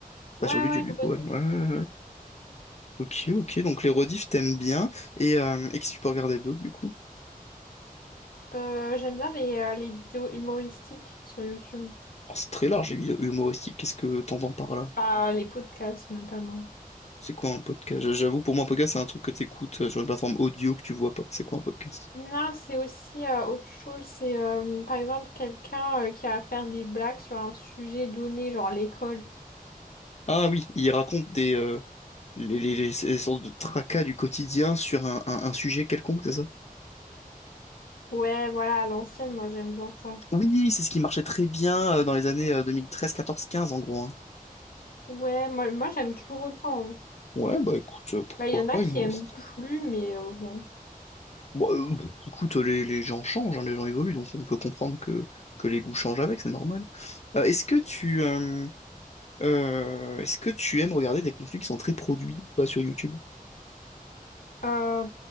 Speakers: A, on the left (about 80°); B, on the left (about 45°).
A: Ouais,
B: Pas sur YouTube
A: ouais,
B: du
A: une
B: coup,
A: rediff.
B: ouais. Ouais, ouais, ouais. Ok, ok, donc les rediffs t'aimes bien, et, euh, et qu'est-ce que tu peux regarder d'autre du coup?
A: Euh, j'aime bien les, euh, les vidéos humoristiques sur YouTube.
B: Alors c'est très large, humoristique, qu'est-ce que t'entends par là?
A: Ah, les podcasts notamment.
B: C'est quoi un podcast? J'avoue, pour moi, un podcast, c'est un truc que t'écoutes euh, sur une plateforme audio que tu vois pas. C'est quoi un podcast?
A: Non, c'est aussi euh, autre chose. C'est euh, par exemple quelqu'un euh, qui a à faire des blagues sur un sujet donné, genre l'école.
B: Ah oui, il raconte des euh, les, les- les- ces sortes de tracas du quotidien sur un, un- un sujet quelconque, c'est ça?
A: Ouais, voilà, à l'ancienne, moi j'aime bien ça.
B: Oui, c'est ce qui marchait très bien euh, dans les années euh, deux mille treize, quatorze, quinze, en gros. hein.
A: Ouais, moi, moi j'aime toujours autant. hein.
B: Ouais, bah écoute, euh, pourquoi
A: Bah, il y en a
B: pas
A: qui
B: humoristique.
A: aiment plus, mais euh, bon.
B: Bon, euh, bon, écoute, euh, les, les gens changent, hein, les gens évoluent, donc on peut comprendre que, que les goûts changent avec, c'est normal. Euh, est-ce que tu euh, euh, est-ce que tu aimes regarder des contenus qui sont très produits, pas sur YouTube?
A: Euh,